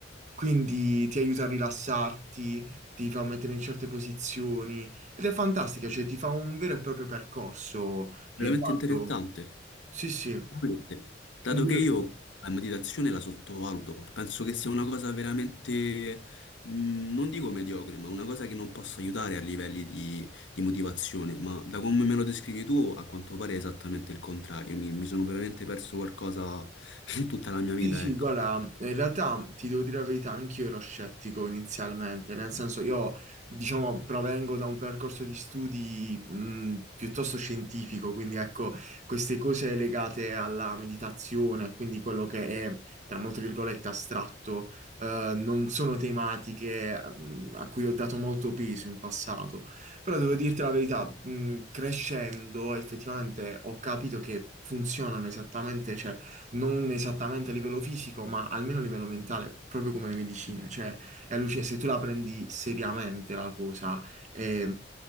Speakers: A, on the right; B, on the left.
A: quindi ti aiuta a rilassarti, ti fa mettere in certe posizioni ed è fantastica, cioè ti fa un vero e proprio percorso riguardo.
B: veramente interessante.
A: Sì, sì, un
B: Veramente. Dato
A: vero
B: che io
A: e proprio.
B: la meditazione la sottovaluto, penso che sia una cosa veramente, mh, non dico mediocre, ma una cosa che non possa aiutare a livelli di, di motivazione. Ma da come me lo descrivi tu, a quanto pare è esattamente il contrario. Mi, mi sono veramente perso qualcosa <laughs> in tutta la mia vita,
A: Sì, sì,
B: ecco.
A: guarda, in realtà ti devo dire la verità, anch'io ero scettico inizialmente, nel senso io, diciamo, provengo da un percorso di studi mh, piuttosto scientifico, quindi ecco, queste cose legate alla meditazione, quindi quello che è, tra molte virgolette, astratto, eh, non sono tematiche mh, a cui ho dato molto peso in passato, però devo dirti la verità, mh, crescendo effettivamente ho capito che funzionano esattamente, cioè non esattamente a livello fisico, ma almeno a livello mentale, proprio come le medicine. Cioè, è allucin- se tu la prendi seriamente la cosa, è,